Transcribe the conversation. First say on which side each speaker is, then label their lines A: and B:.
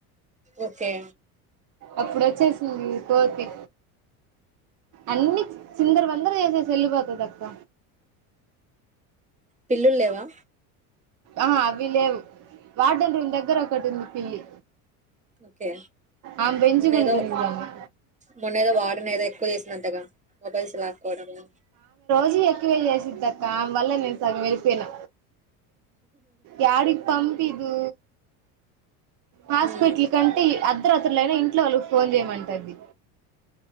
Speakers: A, on the right; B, on the right.
A: ఓకే
B: అప్పుడు వచ్చేసింది కోతి అన్ని సిందర వందర చేసేసి వెళ్ళిపోతదక్క
A: పిల్లులు లేవా
B: ఆ అవి లేవు వార్డెన్ రూమ్ దగ్గర ఒకటి ఉంది పిల్లి
A: ఓకే
B: ఆమె పెంచుకుంటుంది
A: మొన్న ఏదో
B: దాన్ని
A: మొన్న ఏదో వార్డెన్ ఏదో ఎక్కువ చేసిందంటగా మొబైల్స్ లా కొడము
B: అన్ని ఎక్కువే చేసిద్దక్కా అమే వల్ల నేను సగ అయి పేనా యారీ ఇప్పం పిండు హాస్పిటల్
A: ఉమ్
B: కంటే అ అర్ధరాత్రులయినా ఇంట్లో వాళ్ళకి ఫోన్ చేయమంటది